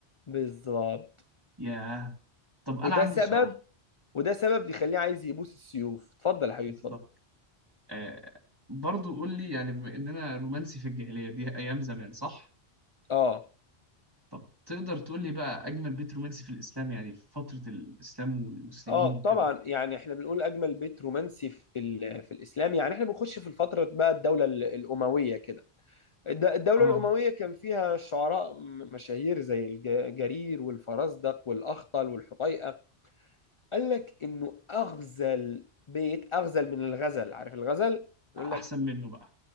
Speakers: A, on the left (about 40°); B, on the right (about 20°).
A: بالظبط
B: ياه طب انا
A: وده
B: عندي
A: سبب
B: سؤال
A: وده سبب يخليه عايز يبوس السيوف اتفضل يا حبيبي
B: بالظبط
A: اتفضل
B: آه برضو قول لي يعني بما اننا رومانسي في الجاهلية دي ايام زمان صح
A: اه
B: طب تقدر تقول لي بقى اجمل بيت رومانسي في الاسلام يعني في فترة الاسلام والمسلمين
A: اه
B: وكده
A: طبعا يعني احنا بنقول اجمل بيت رومانسي في ال- في الاسلام يعني احنا بنخش في الفتره بقى الدوله ال- الامويه كده الد- الدوله
B: اه
A: الامويه كان فيها شعراء م- مشاهير زي الج- جرير والفرزدق والاخطل والحطيئه قال لك انه اغزل بيت اغزل من الغزل عارف الغزل
B: احسن
A: يقول لك
B: منه بقى